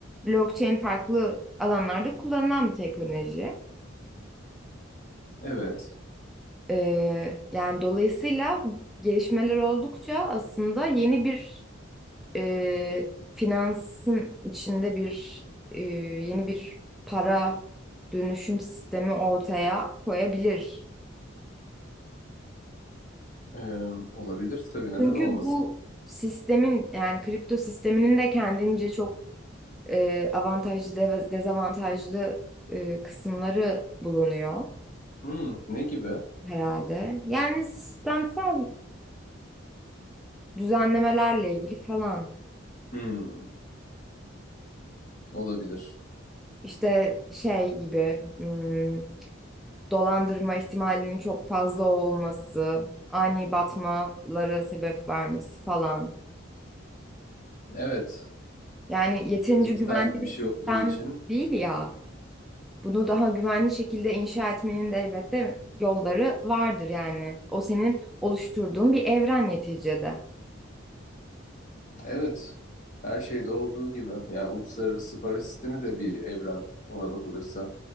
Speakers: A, in the centre; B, on the left.
A: Blockchain farklı alanlarda kullanılan bir teknoloji.
B: Evet.
A: E, yani dolayısıyla gelişmeler oldukça aslında yeni bir e, finansın içinde bir e, yeni bir para dönüşüm sistemi ortaya koyabilir.
B: Ee, olabilir tabii neden
A: Çünkü
B: olmasın?
A: bu sistemin yani kripto sisteminin de kendince çok e, avantajlı de dezavantajlı e, kısımları bulunuyor
B: Hmm, ne gibi?
A: herhalde. Yani sistemsel düzenlemelerle ilgili falan
B: Hmm, olabilir.
A: işte şey gibi hmm, dolandırma ihtimalinin çok fazla olması, ani batmalara sebep vermesi falan.
B: Evet,
A: Yani yeterince
B: dijital
A: güvenli
B: bir
A: bir
B: şey
A: sistem
B: olduğu için.
A: değil ya. Bunu daha güvenli şekilde inşa etmenin de elbette yolları vardır yani. O senin oluşturduğun bir evren neticede.
B: Evet, her şeyde olduğu gibi. Yani uluslararası para sistemi de bir evren ona bakılırsa.